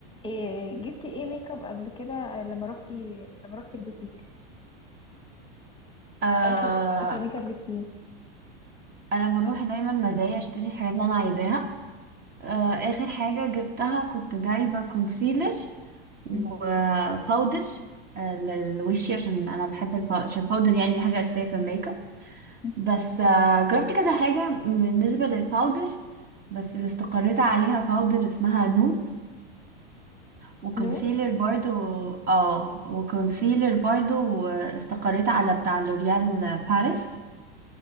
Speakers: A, on the left; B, on the right.
A: إيه جبتي ايه ميك اب قبل كده آه، لما روحتي لما روحتي البوتيك
B: آه
A: اخر اخر ميك اب جبتي ايه
B: انا بروح دايما مزايا اشتري الحاجات اللي انا عايزاها آه اخر حاجه جبتها كنت جايبه كونسيلر وباودر
A: مم.
B: آه للوش عشان انا بحب الب- عشان الباودر يعني دي حاجه اساسيه في الميك اب
A: مم.
B: بس آه جربت كذا حاجه بالنسبه للباودر بس اللي استقريت عليها باودر اسمها نوت وكونسيلر
A: نوت
B: برضو اه وكونسيلر برضو استقريت على بتاع لوريال باريس